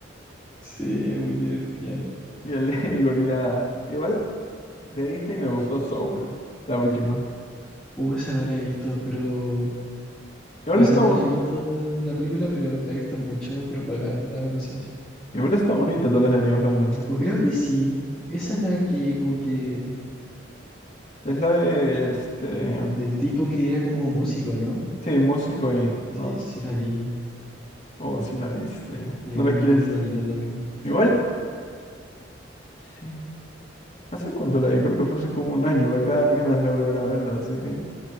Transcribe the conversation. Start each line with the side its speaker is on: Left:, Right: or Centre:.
Centre: sí, muy divertida.
Left: Y el, <laughs> el gorila. Igual De Disney me gustó Soul, la última.
Centre: Uh, esa no la he visto, pero.
Left: Igual
Centre: O sea,
Left: está,
Centre: no
Left: bon-
Centre: la he visto la película, pero la he visto mucho propaganda o cosas así.
Left: igual está bonita, tal vez deberías verla.
Centre: O
Left: sí.
Centre: creo que sí. Esa es la que, como que.
Left: Es la de, este,
Centre: Del tipo que era como músico, ¿no?
Left: sí, músico y no,
Centre: Sí, sí la vi.
Left: o si la viste,
Centre: Y
Left: no
Centre: es
Left: la
Centre: muy
Left: quieres.
Centre: bonita también.
Left: Igual, sí. ¿Hace cuánto la vi? Creo que fue hace como un año, me quedan ganas de volver a verla, así que...